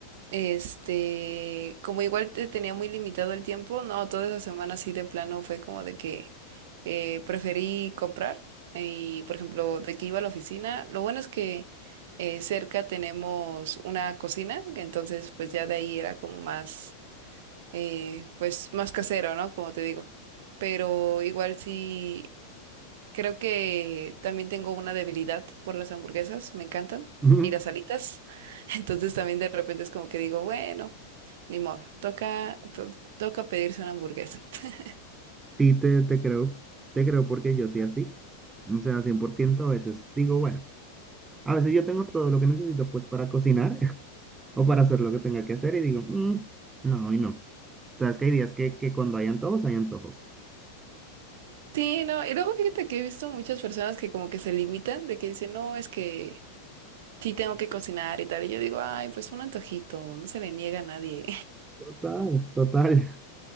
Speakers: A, on the right (about 55°); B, on the right (about 15°).
A: este, como igual te tenía muy limitado el tiempo, no, toda esa semana sí de plano fue como de que eh, preferí comprar y, por ejemplo, de que iba a la oficina, lo bueno es que eh, cerca tenemos una cocina, entonces pues ya de ahí era como más, eh, pues más casero, ¿no? Como te digo, pero igual sí. Creo que también tengo una debilidad por las hamburguesas, me encantan,
B: <laughs>
A: y las alitas. <laughs> Entonces también de repente es como que digo, bueno, ni modo, toca, to- toca pedirse una hamburguesa. <laughs>
B: Sí, te, te creo, te creo porque yo soy así. O sea, 100% a veces digo, bueno, a veces yo tengo todo lo que necesito pues para cocinar <laughs> o para hacer lo que tenga que hacer y digo, "Mm, no, hoy no. Sabes que hay días que, que cuando hay antojos, hay antojos.
A: Sí, no, y luego fíjate que he visto muchas personas que como que se limitan, de que dicen, no, es que sí tengo que cocinar y tal, y yo digo, ay, pues un antojito, no se le niega a nadie.
B: Total, total.